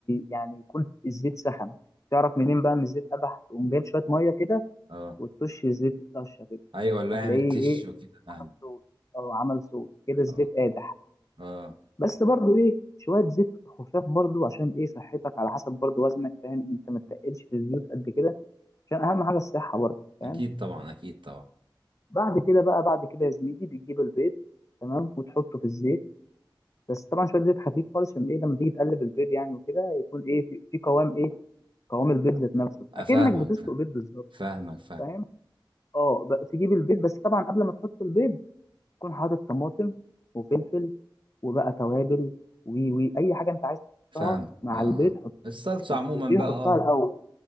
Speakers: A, on the left; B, on the right.
A: يعني يكون الزيت سخن تعرف منين بقى ان الزيت قدح تقوم جايب شوية مية كده
B: اه
A: وتطش الزيت طشة كده
B: ايوه اللي
A: هتلاقيه
B: هو يعني تش
A: ايه
B: وكده فاهم
A: عمل صوت اه عمل صوت كده الزيت
B: اه
A: قادح
B: اه
A: بس برضو ايه شويه زيت خفاف برضو عشان ايه صحتك على حسب برضو وزنك فاهم انت ما تتقلش في الزيوت قد كده عشان اهم حاجه الصحه برضو فاهم
B: اكيد طبعا اكيد طبعا
A: بعد كده بقى بعد كده يا زميلي بتجيب البيض تمام وتحطه في الزيت بس طبعا شويه زيت خفيف خالص عشان ايه لما تيجي تقلب البيض يعني وكده يكون ايه في, في قوام ايه قوام البيض ذات نفسه
B: افهمك
A: اكنك بتسلق
B: فاهم
A: بيض بالظبط
B: فاهمك فاهم
A: فاهم اه بقى تجيب البيض بس طبعا قبل ما تحط البيض تكون حاطط طماطم وفلفل وبقى توابل وي وي اي حاجه انت عايز تحطها
B: فاهم
A: مع
B: اه اه
A: البيض حطها
B: الصلصة
A: بس
B: عموما
A: ايه
B: بقى
A: حطها
B: اه
A: الاول